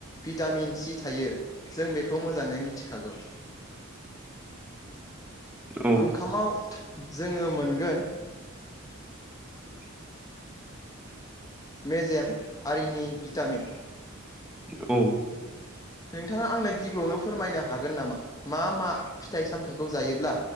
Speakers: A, on the left; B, in the centre.
A: भिटामिन सि थायो जों बेखौ मोजाङै मिथिखागौ।
B: औ
A: ओंखामाव जोङो मोनगोन
B: <inaudible>
A: मेजेम आरिनि भिटामिन
B: औ
A: नोंथाङा आंनो गिबियावनो फोरमायनो हागोन नामा? मा मा फिथाइ सामथाइखौ जायोब्ला